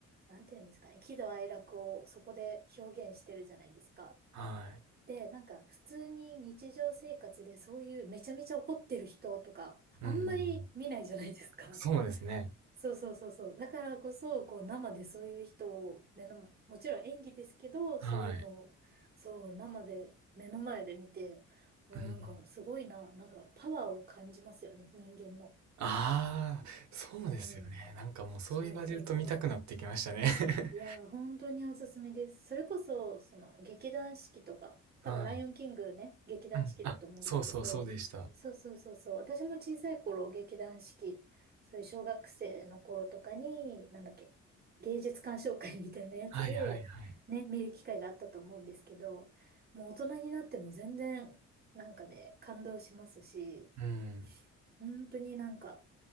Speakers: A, on the right; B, on the right.
A: なんていうんですかね、喜怒哀楽をそこで表現してるじゃないですか。
B: は
A: で、なんか普通に日常生活でそういうめちゃめちゃ怒ってる人とか、
B: い。
A: あんまり見ないじゃないですか。
B: うん。そうですね。
A: そうそうそうそう。だからこそ、こう生でそういう人を目の前、もちろん演技ですけど、
B: はい。
A: そういうのを、そう、生で、目の前で見て、まあなんかすごいな、
B: うん。
A: なんかパワーを感じますよね、人間の。
B: ああ、そうですよね。
A: うん。
B: なんかもうそう言われると見たくなってきましたね。
A: そうそうそう。
B: <laughs>
A: いやー、本当におすすめです。それこそ、その、劇団四季とか、
B: はい。
A: 多分、ライオンキングね、劇団四季だと思うんですけど、
B: うん。あ、そうそうそうでした。
A: そうそうそうそう、私も小さい頃、劇団四季、そういう小学生の頃とかに、なんだっけ、芸術鑑賞会みたいなやつで、
B: はいはいはい。
A: ね、見る機会があったと思うんですけど、もう大人になっても全然、なんかね、感動しますし、
B: うん。
A: 本当になんか、